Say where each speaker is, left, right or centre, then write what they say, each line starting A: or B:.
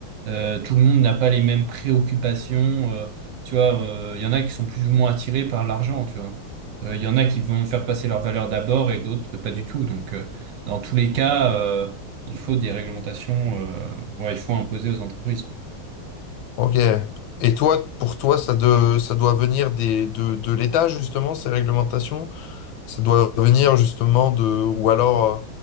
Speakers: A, on the right; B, on the left.
A: Euh, tout le monde n'a pas les mêmes préoccupations. euh, tu vois, euh, il y en a qui sont plus ou moins attirés par l'argent, tu vois. Euh, Il y en a qui vont faire passer leurs valeurs d'abord et d'autres pas du tout. Donc, euh, dans tous les cas, euh, il faut des réglementations, euh, ouais, il faut imposer aux entreprises.
B: Ok. Et toi, pour toi, ça, de, ça doit venir des, de, de l'État, justement, ces réglementations? Ça doit venir justement de, ou alors euh,